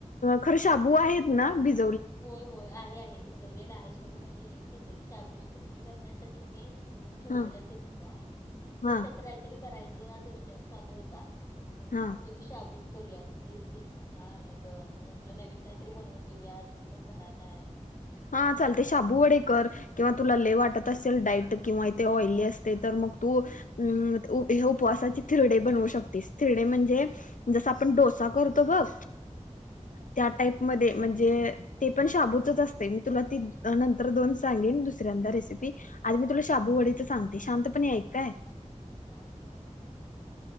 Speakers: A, on the left (about 85°); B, on the left (about 25°).
A: खरं शाबू आहेत ना भिज
B: होय होय आहे आहे भिजवलेला आहे सोड म्हणजे खिचडी शाबूची खिचडी करण्यासाठी कीनी भिजवून ठेवलेलाच
A: हा
B: एक्सट्रा का मग तेच
A: हा
B: त्याच काहीतरी करायचं असा विचार चालू होता. मम्मी
A: हा
B: म्हणत होती शाबूच करूया आपण तेच तेच कंटाळा आलाय गं मग म्हंटलं नवीन काहीतरी बनवून देऊया आज मी पण घरात हाय.
A: हा चालतंय शाबू वडे कर किंवा तुला लई वाटत असेल डाईट किंवा ते ऑइली असतंय तर मग तू हे ऊं उपवासाचे थिरडे बनवू शकतीस थिरडे म्हणजे जसं आपण डो सा करतो बघ
B: हम्म
A: त्या
B: हम्म
A: टाइप मध्ये म्हणजे ते पण शाबूचंच अस तय मी तुला ती नंतर दोन सांगेन दुसऱ्यांदा रेसिपी आधी मी तुला शाबू वडेची सांगते शांतप णे ऐक काय.
B: हा ठीक आहे सांग.